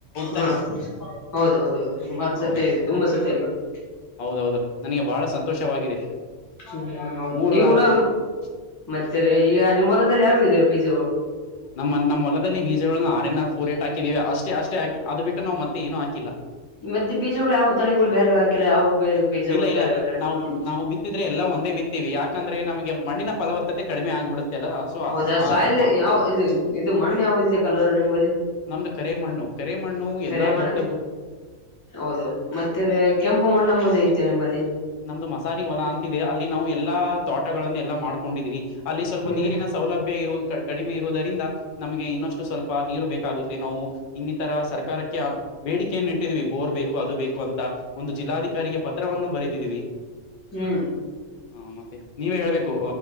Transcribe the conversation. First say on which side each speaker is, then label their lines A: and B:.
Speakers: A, on the left; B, on the left.
A: ಹಾ!
B: ತಾನೆ
A: ಹೌದು, ಹೌದು ಹೌದು ಹಿ, ಮಂತ್
B: ಹೌದು
A: ತುಂಬಾ ಸತಿಯಾಗಿದೆ. <inaudible>
B: ಹೌದೌದು ನನಗೆ ಬಹಳಟಿ ಸಂತೋಷವಾಗಿದೆ.
A: ಹ್ಮ್ ಹೌದು
B: ಮೂರು
A: ನೀವು
B: ರಾಜ.
A: ಕೂಡ
B: <unintelligible>
A: ಮತ್ತೆ ಈಗ ನಿಮ್ಮ ಹೊಲದಲ್ಲಿ ಯಾವುದು, ಇದೇ ಬೀಜಗಳು. <inaudible>
B: ನಮ್ಮ ನಮ್ಮೊಲದಲ್ಲಿ ಬೀಜಗಳನ್ನು ಆರ್ನ್ ಆರ್ಫೋರ್ ಏಟ್ ಹಾಕಿದೀ. ಅಷ್ಟೇ ಅಷ್ಟೇ ಹಾಕಿ ಅದು ಬಿಟ್ಟು ನಾವೇನ್ ಹಾಕಿಲ್ಲ. <inaudible>
A: ಮತ್ತೆ ಬೀಜಗಳು ಯಾವು ತಳಿಗಳು ಬೇರೆ ಹಾಕಿಲ್ಲ ಯಾವುವು. <inaudible> ಬೀಜಗಳು
B: ಇಲ್ಲ ಇಲ್ಲ
A: ಬೇರೆ ಬೇರೆ ಅಂತೆ
B: ನಾವು
A: <inaudible>
B: ನಾವು ಬಿತ್ತಿದ್ರೆ ಎಲ್ಲ ಒಂದೇ ಬಿತ್ತೀವಿ ಯಾಕಂದ್ರೆ ನಮಗೆ ಮಣ್ಣಿನ ಫಲವತ್ತತೆ ಕಡಿಮೆ ಆಗ್ಬಿಡುತ್ತೆ ಅಲ್ಲ ಸೊ
A: ಹೌದಾ ಸಾಯಿಲ್
B: ಆ
A: ಯಾವ ಇದು ಇದು ಮಣ್ಣು ಯಾವ್ದಿದೆ ಕಲರ್ ನಿಂಬಲ್ಲಿ
B: ನಮ್ದು ಕರೆಮಣ್ಣು ಕರೆಮಣ್ಣು ಎಲ್ಲಾ
A: ಕರೆ ಮಣ್ಣಲ್ಲಿ
B: ಭತ್ತಕ್ಕೂ
A: ಹೌದೌದು ಮತ್ತೆ ಕೆಂಪು ಮಣ್ಣಂಬದ ಐತೆ ನಿಮ್ಮಲ್ಲಿ
B: ನಮ್ದು ಮಸಾರಿ ಹೊಲ ಅಂತಿದೆ ಅಲ್ಲಿ ನಾವು ಎಲ್ಲಾ ತೋಟಗಳನ್ನು ಎಲ್ಲಾ ಮಾಡ್ಕೊಂಡಿದ್ವಿ. ಅಲ್ಲಿ ಸ್ವಲ್ಪ
A: ಹ್ಮ್
B: ನೀರಿನ ಸೌಲಭ್ಯ ಯು ಕಡಿಮೆ ಇರುವುದರಿಂದ ನಮಗೆ ಇನ್ನಷ್ಟು ಸ್ವಲ್ಪ ನೀರು ಬೇಕಾಗುತ್ತೆ ನಾವು ಇನ್ನಿತರ ಸರ್ಕಾರಿ ಕ್ಕೆ ಬೇಡಿಕೆಯನ್ನು ಇಟ್ಟಿದೀವಿ ಬೋರ್ ಬೇಕು ಅದು ಬೇಕು ಅಂತ ಒಂದು ಜಿಲ್ಲಾಧಿಕಾರಿಗೆ ಪತ್ರವನ್ನು ಬರೆ <unintelligible>
A: ಹ್ಮ್
B: ಹಾ ಮತ್ತೆ ನೀವೇ ಹೇಳ್ಬೇಕು